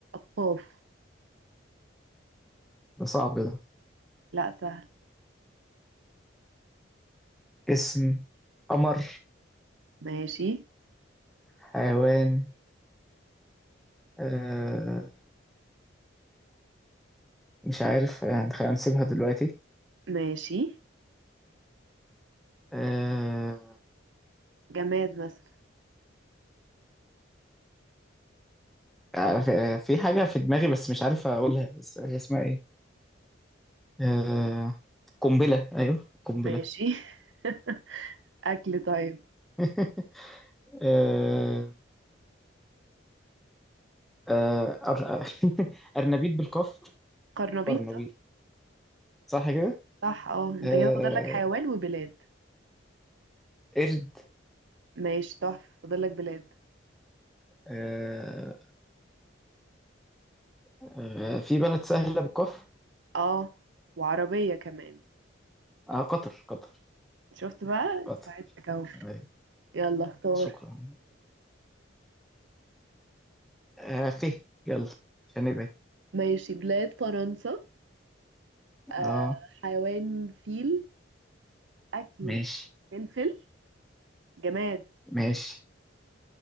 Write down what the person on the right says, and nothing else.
قاف
لا سهل
ماشي
ماشي
جماد مثلا
طب
ماشي <laughs> اكل طيب
قرنبيط
صح
صح اه انت
كده فاضل لك حيوان وبلاد
ماشي تحفة فاضل لك بلاد
اه وعربية كمان
شفت بقى
ساعدتك اهو
يلا اختار
ماشي بلاد فرنسا آه
حيوان فيل اكل
فلفل جماد